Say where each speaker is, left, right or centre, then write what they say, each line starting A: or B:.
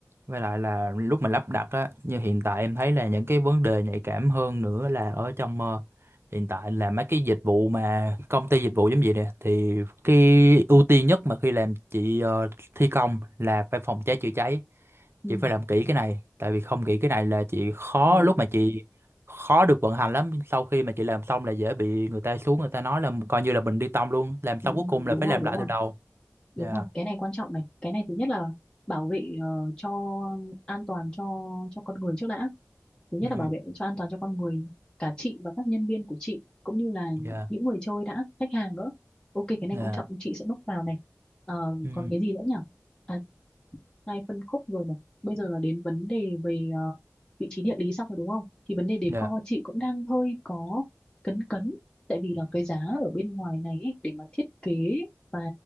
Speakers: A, on the right; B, on the left.
A: Với lại là lúc mà lắp đặt á, như hiện tại em thấy là những cái vấn đề nhạy cảm hơn nữa là ở trong ờ, hiện tại là mấy cái dịch vụ mà công ty dịch vụ giống vậy nè, thì cái ưu tiên nhất mà khi làm chị ờ, thi công là phải phòng cháy chữa cháy,
B: Ừ.
A: chị phải làm kỹ cái này, tại vì không kỹ cái này là chị khó
B: Ừ.
A: lúc mà chị khó được vận hành lắm. Sau khi mà chị làm xong là dễ bị người ta xuống người ta nói là coi như là mình đi tông luôn, làm
B: Ừ,
A: xong cuối
B: ừ,
A: cùng
B: đúng
A: là phải
B: rồi
A: làm
B: đúng
A: lại
B: rồi
A: từ đầu.
B: đúng
A: Dạ.
B: rồi cái này quan trọng này cái này thứ nhất là bảo vệ ờ, cho an toàn cho cho con người trước đã thứ nhất
A: Ừ,
B: là bảo vệ cho an toàn cho con người cả chị và các nhân viên của chị cũng như là
A: dạ,
B: những người chơi đã khách hàng nữa ok cái này
A: dạ,
B: quan trọng chị sẽ núp vào này Ờ,
A: ừ,
B: còn cái gì nữa nhỉ À, hai phân khúc rồi này bây giờ là đến vấn đề về ờ, vị trí địa lý xong rồi đúng không thì vấn đề decor
A: dạ.
B: chị cũng đang hơi có cấn cấn tại vì là cái giá ở bên ngoài này ấy, để mà thiết kế và